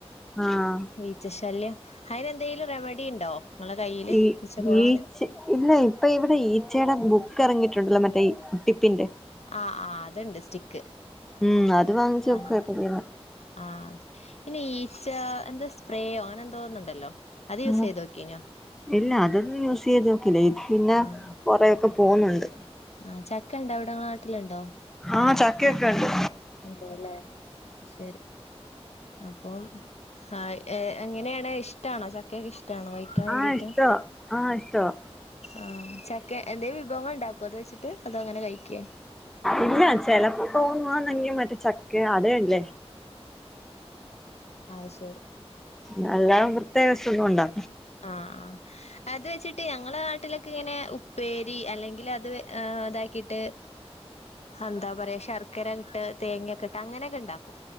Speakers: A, in the centre; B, on the left.
A: ആഹ്
B: ഈച്ച ശല്യം അതിന് എന്തെങ്കിലും റെമഡി ഇണ്ടോ ഇങ്ങളെ കയ്യില്
A: ഈ
B: ഈച്ച പോവാന്
A: ഈച്ച ഇല്ല ഇപ്പൊ ഇവിടെ ഈച്ചയുടെ ബുക്ക് ഇറങ്ങിയിട്ടുണ്ടല്ലോ മറ്റേ ഉട്ടിപ്പിന്റെ
B: ആഹ് ആഹ് അതുണ്ട് സ്റ്റിക്ക്
A: ഉം അത് വാങ്ങിച്ച് വെക്കുവാ
B: ആഹ്
A: ഇപ്പൊ ചെയ്യുന്നെ
B: ആ അതെ പിന്നെ ഈച്ച എന്താ സ്പ്രേയോ അങ്ങനെ എന്തോന്നുണ്ടല്ലോ അത് യൂസ്
A: ആ
B: ചെയ്ത് നോക്കീനോ
A: ഇല്ല അതൊന്നും യൂസ് ചെയ്ത് നോക്കില്ലേ പിന്നെ
B: ആഹ്
A: കുറെക്കെ പോന്നുണ്ട്
B: ആഹ് ചക്കണ്ടോ അവിടെ നാട്ടിലുണ്ടോ
A: ആഹ് ചക്കയൊക്കെണ്ട്
B: ഉണ്ടല്ലേ ആഹ് ശരി അപ്പം ആ എങ്ങനെയാണ് ഇഷ്ടണോ ചക്ക ക്കക്കെ ഇഷ്ടാണോ കഴിക്കാൻ വേണ്ടിട്ട്
A: ആഹ് ഇഷ്ടവാ ആഹ് ഇഷ്ടവാ
B: ആഹ് ചക്ക എന്തേ വിഭവങ്ങൾ ഉണ്ടാക്കോ അത് വെച്ചിട്ട് അതോ അങ്ങനെ കഴിക്കേ
A: ഇല്ല ചിലപ്പോ തോന്നുവാങ്കി മറ്റേ ചക്ക അതല്ലേ
B: ആഹ് ശരി
A: നല്ലാ പ്രത്യേക സുഖണ്ടോ
B: ആഹ് അത് വെച്ചിട്ട് ഞങ്ങളെ നാട്ടിലൊക്കെ ഇങ്ങനെ ഉപ്പേരി അല്ലെങ്കിൽ അത് ആ അതാക്കിട്ട് ഹന്താ പറയാ ശർക്കരകേട്ട് തേങ്ങക്കിട്ട് അങ്ങനെയൊക്കെ ഉണ്ടാക്കും.